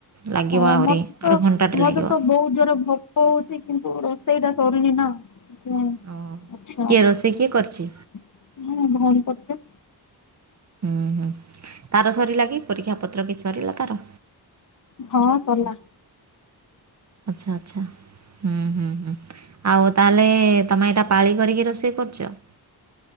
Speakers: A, on the right (about 40°); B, on the left (about 45°).
A: ଲାଗିବ
B: ହଁ
A: ଆହୁରି
B: ମତେ ତ
A: ଆହୁରି ଘଣ୍ଟାଟେ
B: ମତେ
A: ଲାଗିବ
B: ତ ବହୁତ ଜୋର ଭୋକ ହଉଛି କିନ୍ତୁ ରୋଷେଇ ଟା ସରୁନି ନା। ହୁଁ
A: ଓହୋ
B: ଆଛା
A: କିଏ
B: ମୁଁ
A: ରୋଷେଇ କିଏ କରିଛି
B: ଭଉଣୀ ପଟେ
A: ହୁଁ, ହୁଁ ତାର ସରିଲା କି ପରୀକ୍ଷା ପତ୍ର କି ସରିଲା ତାର?
B: ହଁ ସରୀଲା।
A: ଆଚ୍ଛା ଆଚ୍ଛା ହୁଁ ହୁଁ ହୁଁ ଆଉ ତାହେଲେ ତମେ ଏଇଟା ପାଳି କରିକି ରୋଷେଇ କରୁଛ?